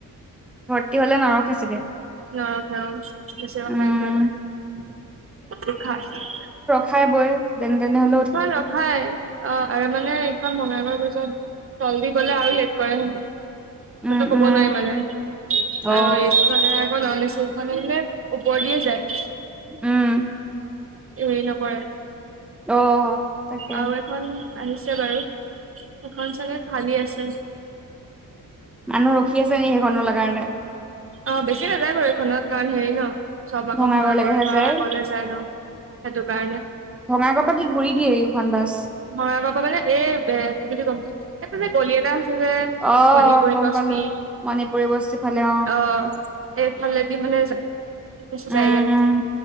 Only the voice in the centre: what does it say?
ভৰ্তি হলে নৰখে চাগে।
উম
খাই বৈ। যেনেকে সক-
উম
উম
অ
উম।
অ। তাকে
মানুহ ৰখি আছে সেইখনৰ কাৰণে?
ভঙাগড়লৈকেহে
যায়
বঙাইগাঁৱৰ পৰা কি ঘূৰি দিয়ে এইখন বাছ?
অ',
গম
পালো মণিপুৰী বস্তি ফালে অ',
উম
উম,